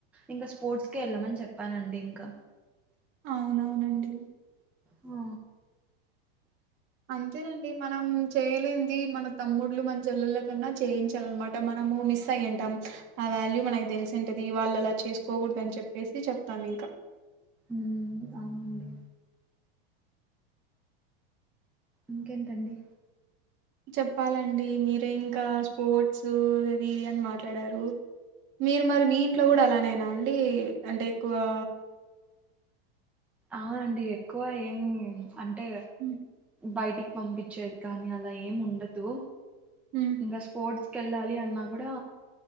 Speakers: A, in the centre; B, on the right (about 40°).
A: ఇంకా స్పోర్ట్స్ కే ఎళ్ళమని చెప్పానండి ఇంకా
B: అవునవునండి
A: ఆ
B: అంతేనండి మనం చేయలేంది మన తమ్ముడ్లు మన చెల్లెళ్లకన్నా చేయించాలన్నమాట. మనము మిస్ అయ్యింటాం ఆ వ్యాల్యూ మనకి తెలిసి ఉంటది. వాళ్ళలా చేసుకోకూడదు అని చెప్పేసి చెప్తాం ఇంకా.
A: ఉమ్ అవునండి ఇంకేంటండి
B: చెప్పాలండి మీరే ఇంకా స్పోర్ట్సూ ఇది అని మాట్లాడారు. మీరు మరి మీ ఇంట్లో కూడా అలానేనా అండి అంటే ఎక్కువా
A: అవునండి ఎక్కువ ఏమి అంటే
B: హ్మ్
A: బయటికి పంపిచ్చేది కానీ అలా ఏం ఉండదు
B: హ్మ్
A: ఇంకా స్పోర్ట్స్ కెళ్ళాలి అన్నా కూడా